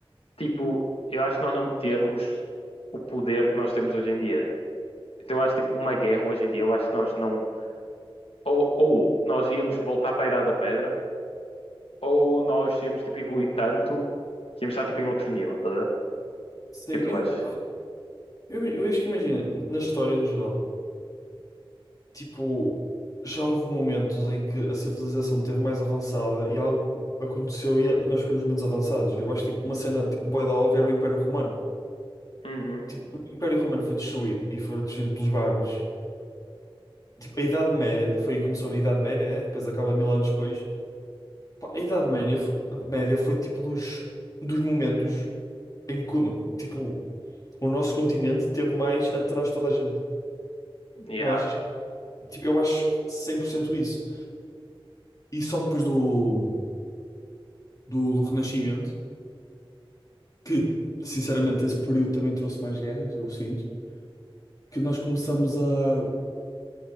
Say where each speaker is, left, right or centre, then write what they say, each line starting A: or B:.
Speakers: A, on the left (about 85°); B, on the left (about 40°).
A: tipo, eu acho que nós não temos o poder que nós temos hoje em dia. Então eu acho tipo uma guerra hoje em dia, eu acho que nós não ou, ou nós íamos voltar para a Idade da Pedra, ou nós íamos tipo evoluir tanto que íamos estar tipo em outro nível, tá? a ver? O
B: sim.
A: que
B: E,
A: é que tu achas?
B: pá, Eu, eu acho que imagina, na história no geral, tipo, já houve momentos em que a civilização esteve mais avançada e algo aconteceu e, e nós ficamos menos avançados. Eu acho que tipo, uma cena tipo, bué da óbvia era o Império Romano.
A: Uhum.
B: Tipo, o Império Romano foi destruído e foi destruído pelos bárbaros. Tipo, a Idade Média, foi aí que começou a Idade Média, né? Depois acaba mil anos depois. Pá, a Idade Média foi, Média foi tipo dos, dos momentos em que o- tipo, o nosso continente teve mais atrás de toda a gente.
A: Yeah.
B: Não achas? Tipo, eu acho 100% isso. E só depois do, do, do Renascimento, que sinceramente esse período também trouxe mais guerras, eu sinto, que nós começamos a,